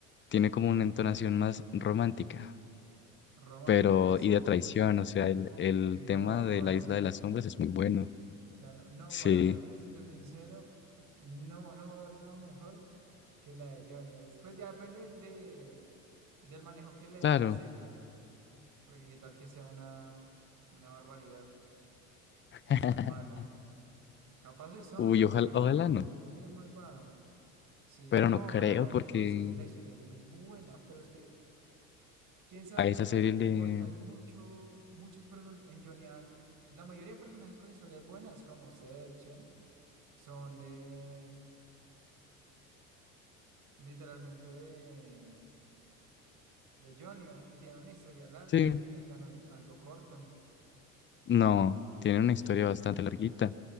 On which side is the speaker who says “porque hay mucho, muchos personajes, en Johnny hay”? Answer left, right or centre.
Right